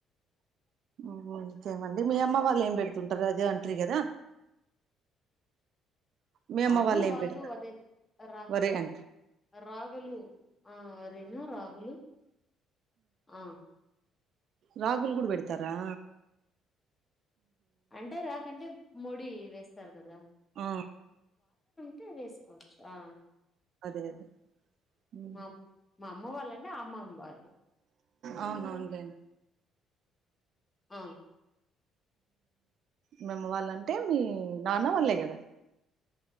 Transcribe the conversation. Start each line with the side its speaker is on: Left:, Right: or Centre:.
Right: ఆ ఇంకేం అండి మీ అమ్మ వాళ్ళు ఏం పెడుతుంటారు అదే అంటిరు కదా మీ అమ్మ
Left: అవును
Right: ఏం
Left: వాళ్ళు
Right: పెడతారు
Left: అదే రా
Right: వరే అంటారు
Left: రాగులు ఆ అరేనా రాగులు ఆ
Right: రాగులు కూడా పెడతారా
Left: అంటే రాకంటే మోడి వేస్తారు కదా
Right: ఆ
Left: టే వేసుకోవచ్చు ఆ
Right: అదే అదే
Left: మా మా అమ్మ వాళ్ళంటే అమ్మమ్మ వాళ్ళు
Right: అవును అవునులే
Left: అవును
Right: మీ అమ్మ వాళ్ళంటే మీ నాన్న వాళ్ళే కదా